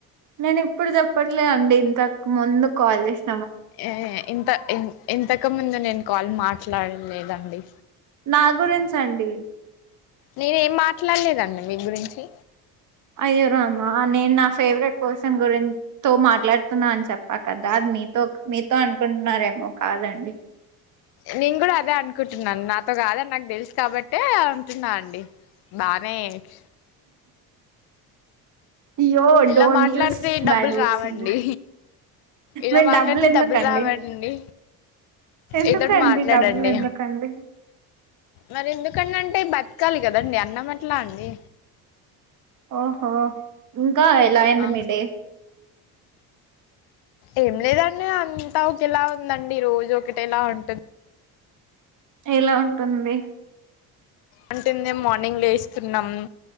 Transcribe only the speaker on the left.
ఏ ఇంత ఇం ఇంతకు ముందు నేను కాల్ మాట్లాడలేదండి
నేనెం మాట్లాడలేదండి మీ గురించి
నేను గూడా అదే అనుకుంటున్నాను నాతో గాదని నాకు తెల్స్ కాబట్టే అంటున్నా అండి బాగా ఏడ్
ఇలా
మాట్లాడితే
డబ్బులు
రావండి
ఇలా
మాట్లాడితే
డబ్బుల్ రావాడండి
ఏదోటి మాట్లాడండి
మరెందు ఎందుకంటే బత్కాలి కదండి అన్నం అట్లాండి
ఆ
ఏం లేదండి అంతా ఒకేలా ఉందండి రోజు ఒకటేలా ఉంటుంది
అంటే మేం మార్నింగ్ లేస్తున్నాం